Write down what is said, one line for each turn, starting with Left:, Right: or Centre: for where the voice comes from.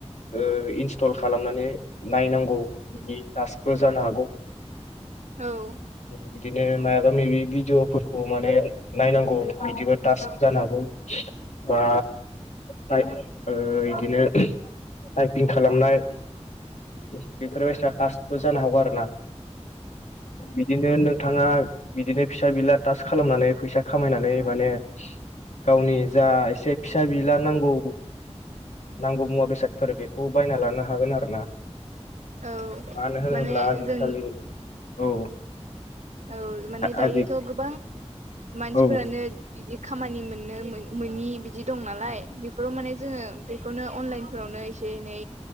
Left: ओ इनस्टल खालामनानै नायनांगौ बिनि टास्कबो जानो हागौ।
Right: औ
Left: बिदिनो मायाबा मायबि भिडिअफोरखौ माने नायनांगौ बिदिबो टासक जानो हागौ ओ थायब ओ बिदिनो टाइपिं खालामनाय बेफोरबायसा टास्ट बो जानो हागौ आरोना बिदिनो नोंथाङा बिदिनो फिसा बिला तास खालामनानै फैसा खामायनानै माने गावनि जा एसे फिसा बिला नांगौ नांगौ मुवा बेसादफोर बेखौ बायना लानो हागोन आरो ना।
Right: औ
Left: मानो होनोब्ला
Right: माने
Left: आजिखालि
Right: जों
Left: औ
Right: औ माने दायोथ'
Left: आजि
Right: गोबां मानसिफोरानो
Left: औ
Right: बिदि खामानि मोननो मोननि बिदि दं नालाय बेफोराव माने जोङो बे बेखौनो अनलाइनफोरावनो एसे एनै